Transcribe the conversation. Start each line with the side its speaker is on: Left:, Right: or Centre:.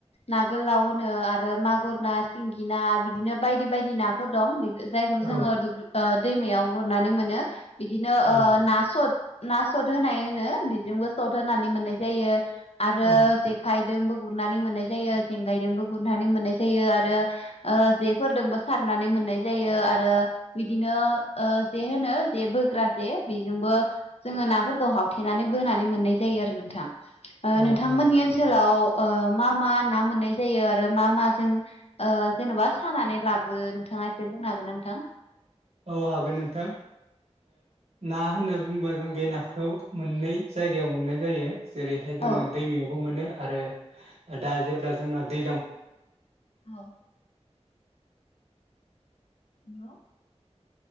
Left: ना गोलाव होनो आरो मागुर ना सिंगि ना बिदिनो बायदि बायदि नाफोर दं बे जोङो
Right: औ
Left: दुब्लि दैमायाव गुरनानै मोनो बिदिनो
Right: औ
Left: ना सद ना सट होनाय होनो बेजोंबो सद होनानै मोननाय जायो आरो
Right: औ
Left: जेखाय गुरनानै मोननाय जायो जेंगायजोंबो गुरनानै मोननाय जायो आरो जेफोरजोंबो सारनानै मोननाय जायो आरो आरो बिदिनो जे होनो जे बोग्रा जे बेजोंबो जोङो नाफोरखौ हावथेनानै बोनानै मोननाय जायो आरो नोंथां
Right: औ
Left: नोंथांमोननि
Right: औ
Left: ओनसोलाव मा मा ना मोननाय जायो आरो मा माजों जेन'बा सानानै लाबो नोंथाङा एसे बुंनो हागोन नोंथां
Right: औ हागोन नोंथां ना होनना बुंङोबा जों बे नाखौ मोननै जायगायाव मोननाय जायो जेरैहाय जोङो
Left: औ
Right: दैमायावबो मोनो आरो दा जेब्ला जोंना दैज्लां
Left: औ। हेलौ।